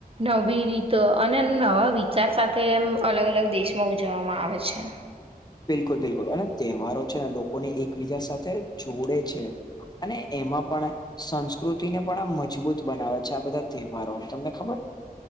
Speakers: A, on the right (about 40°); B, on the left (about 25°).
A: નવી રીતો અને નવા વિચાર સાથે એમ અલગ-અલગ દેશમાં ઉજવવામાં આવે છે.
B: બિલકુલ-બિલકુલ. અને તહેવારો છે એ લોકોને એકબીજા સાથે જોડે છે. અને એમાં પણ સંસ્કૃતિને પણ આમ મજબૂત બનાવે છે આ બધા તહેવારો. તમને ખબર?